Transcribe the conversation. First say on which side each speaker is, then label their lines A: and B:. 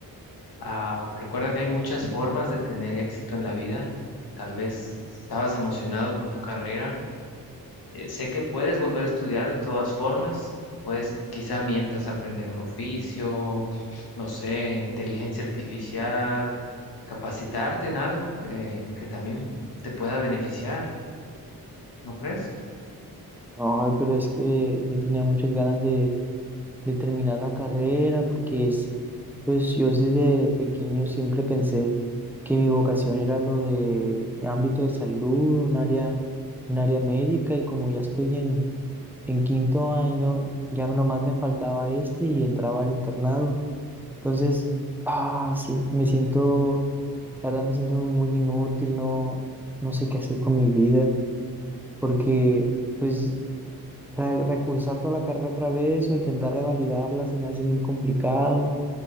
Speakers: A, on the left (about 80°); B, in the centre.
A: Ah, recuerda que hay muchas formas de tener éxito en la vida. Tal vez estabas emocionado con tu carrera Eh, sé que puedes volver a estudiar de todas formas, puedes quizá mientras aprender un oficio, no sé, inteligencia artificial, capacitarte en algo que, que también te pueda beneficiar, ¿no crees?
B: No, pero es que yo tenía muchas ganas de, de terminar la carrera porque es, pues yo desde pequeño siempre pensé que mi vocación era lo de ámbito de salud, un área, un área médica y como ya estoy en En quinto año ya nomás me faltaba este y entraba al internado. Entonces, ah, sien- me siento, la verdad me siento muy inútil, no, no sé qué hacer con mi vida, porque pues re- recursar toda la carrera otra vez o intentar revalidarla se me hace muy complicado,